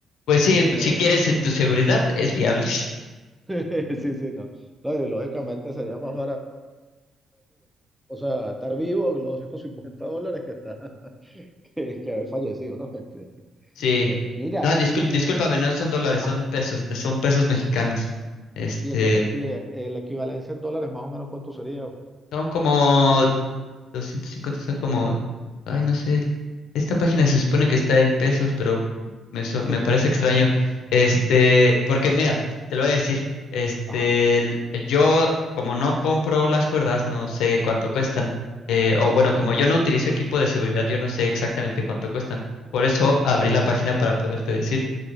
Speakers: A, on the left (about 85°); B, in the centre.
A: Pues sí,
B: Eh,
A: pues si quieres eh, tu seguridad, es viable. <laughs>
B: <laughs> sí, sí, no. No, y lógicamente sería más barato, o sea, estar vivo los los cincuenta dólares que está, <laughs> que, que haber fallecido, ¿no? <laughs> Este,
A: Sí.
B: eh, mira,
A: No, discúl-
B: y,
A: discúlpame,
B: mm.
A: no son dólares,
B: Ajá.
A: son pesos, son pesos mexicanos. Este,
B: Y entonces, y, eh, eh, equivalencia en dólares, más o menos, ¿cuánto sería?
A: son como 250, son como, ay, no sé, esta página se supone que está en pesos, pero me, su- me
B: <laughs>
A: parece extraño. Este, porque mira, te lo voy a decir, este,
B: Ajá.
A: el- yo como no compro las cuerdas, no sé cuánto cuestan. eh, o
B: ¿Ya?
A: bueno, como yo no utilizo equipo de seguridad, yo no sé exactamente cuánto cuestan. Por eso
B: Te
A: abrí
B: entiendo.
A: la página para poderte decir.